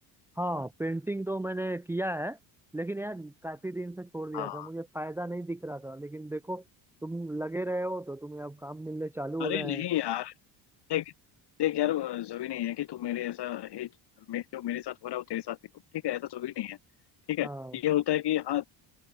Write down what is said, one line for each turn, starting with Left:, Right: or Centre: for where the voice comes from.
Centre: हाँ पेंटिंग तो मैंने किया है लेकिन यार काफी दिन से छोड़ दिया
Left: हाँ
Centre: था मुझे फायदा नहीं दिख रहा था लेकिन देखो तुम लगे रहे हो तो तुम्हें अब काम मिलने चालू
Left: अरे
Centre: हो गए
Left: नहीं
Centre: हैं
Left: यार देख देख यार अ, जरूरी नहीं है कि तू मेरे ऐसा है मे, जो मेरे साथ हो रहा है वो तेरे साथ भी हो ठीक है ऐसा जरूरी नहीं है ठीक है
Centre: हाँ
Left: ये होता है कि हाँ